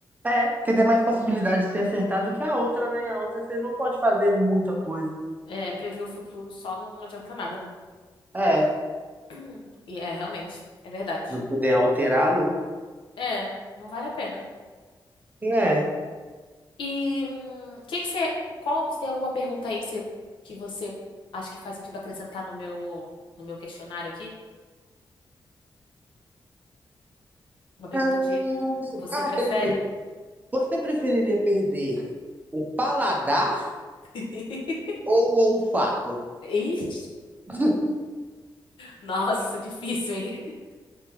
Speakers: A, on the right; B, on the left.
A: É, porque tem mais possibilidade de ser acertado que a outra, né? A outra você não pode fazer muita coisa.
B: É, prever o futuro só não adianta nada, né?
A: É, se
B: <clears throat> E é, realmente, é verdade.
A: eu puder alterá-lo,
B: É, não vale a pena.
A: né?
B: E hum, que que você, qual, você tem alguma pergunta aí que você, que você acha que faz sentido acrescentar no meu, no meu questionário aqui? Uma pergunta
A: Ah,
B: de você
A: ah,
B: prefere?
A: tem sim. Você preferiria perder o paladar
B: <laughs>
A: ou o olfato?
B: Ixi,
A: <laughs>
B: nossa, difícil, hein? <laughs>